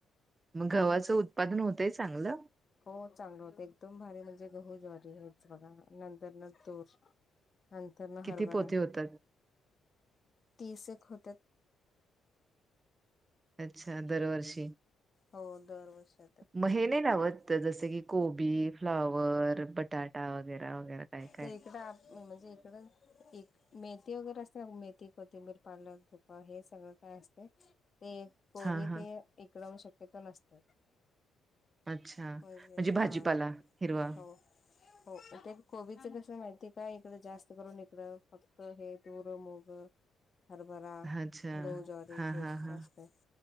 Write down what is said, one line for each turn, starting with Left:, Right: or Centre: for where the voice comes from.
Right: मग
Left: आणि
Right: गव्हाचं
Left: शक्य
Right: उत्पादन होतंय चांगलं
Left: हो चांगलं होत एकदम भारी म्हणजे गहू ज्वारी आहेच बघा नंतर न तूर नंतरन
Right: किती
Left: हरबरा
Right: पोते होतात?
Left: तीस एक होत्यात.
Right: अच्छा दरवर्षी
Left: हो दर वर्षात
Right: मगं हे नाही लावत जस की कोबी फ्लावर बटाटा वगैरे वगैरे कायं
Left: ते इकडं म्हणजे इकडं एक मेथी वगैरे असते ना मेथी कोथिंबीर पालक तुका हे सगळं काय असतयं. ते कोबी
Right: हा हा
Left: ते इकडवून शक्यतो नसत.
Right: अच्छा म्हणजे
Left: होयं ते
Right: भाजीपाला
Left: हा
Right: हिरवा.
Left: हो हो ते कोबीच कसं माहिती काय इकडं जास्त करून इकड फक्त हे तूर मुग हरभरा
Right: अच्छा
Left: गहू ज्वारी
Right: हा
Left: हे
Right: हा हा
Left: असते